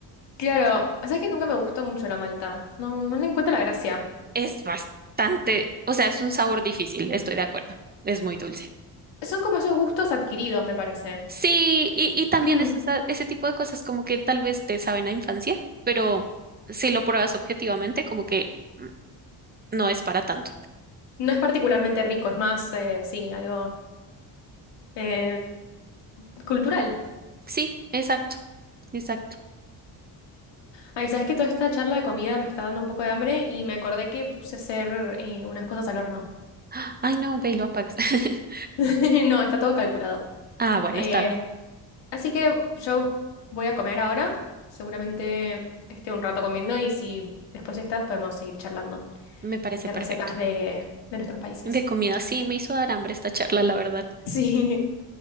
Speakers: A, on the left; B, on the right.
A: Claro, sabes que nunca me gustó mucho la malta. No, no le encuentro la gracia.
B: Es bastante, o sea, es un sabor difícil, estoy de acuerdo. Es muy dulce.
A: Son como esos gustos adquiridos, me parece.
B: Sí, y, y también
A: <clears throat>
B: es esa- ese tipo de cosas como que tal vez te saben a infancia, pero si lo pruebas objetivamente, como que mm, no es para tanto.
A: No es particularmente rico, es más, eh, sí, algo eh, cultural.
B: Sí, exacto, exacto.
A: Ay, sabes que toda esta charla de comida me está dando un poco de hambre y me acordé que puse a hacer eh, unas cosas al horno.
B: ¡Ah! Ay, no, ve y lo apagas. <laughs>
A: <laughs> No, está todo calculado.
B: Ah, bueno,
A: Eh,
B: está bien.
A: así que yo voy a comer ahora. Seguramente esté un rato comiendo y si después estás podemos seguir charlando
B: Me parece
A: de
B: perfecto.
A: recetas de, de nuestros países.
B: De
A: <laughs>
B: comida sí me hizo dar hambre esta charla, la verdad.
A: Sí.